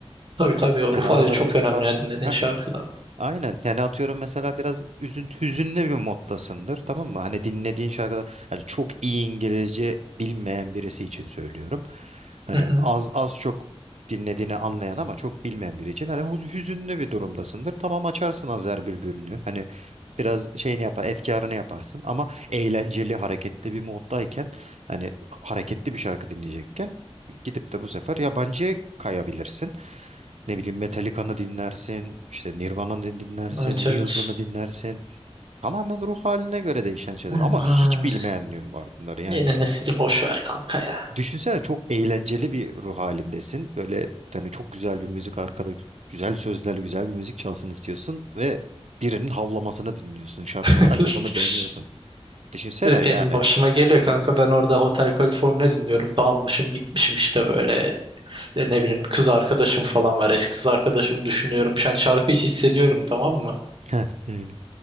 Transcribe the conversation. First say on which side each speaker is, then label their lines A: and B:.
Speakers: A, on the right (about 50°); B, on the right (about 90°).
A: Tabii tabii o
B: Yani
A: ruh hali
B: arada
A: çok
B: bir
A: önemli
B: fark.
A: ya dinlediğin
B: Heh,
A: şarkıda.
B: Aynen. Yani atıyorum mesela biraz üzüntü, hüzünlü bir moddasındır. Tamam mı? Hani dinlediğin şarkıda hani çok iyi İngilizce bilmeyen birisi için söylüyorum. Hani
A: Hı hı.
B: az az çok dinlediğini anlayan ama çok bilmeyen biri için hani huz- hüzünlü bir durumdasındır. Tamam açarsın Azer Bülbül'ünü. Hani biraz şeyini yapar, efkarını yaparsın ama eğlenceli, hareketli bir moddayken hani hareketli bir şarkı dinleyecekken gidip de bu sefer yabancıya kayabilirsin. Ne bileyim Metallica'nı dinlersin, işte Nirvana'nı dinlersin,
A: Evet evet.
B: Muse'unu dinlersin. Tamamen ruh haline göre değişen şeyler
A: Aman.
B: ama hiç bilmeyenliğin var bunları yani.
A: Yeni nesili boş ver kanka ya.
B: Düşünsene çok eğlenceli bir ruh halindesin. Böyle yani çok güzel bir müzik arkada güzel sözlerle güzel bir müzik çalsın istiyorsun ve birinin havlamasını dinliyorsun şarkı
A: <laughs>
B: olarak ve bunu beğeniyorsun. Düşünsene
A: Ve benim
B: yani.
A: başıma geliyor kanka ben orada Hotel California dinliyorum dağılmışım gitmişim işte böyle E, ne bileyim kız arkadaşım falan var eski kız arkadaşımı düşünüyorum yani şarkıyı hissediyorum tamam mı
B: Heh, yani.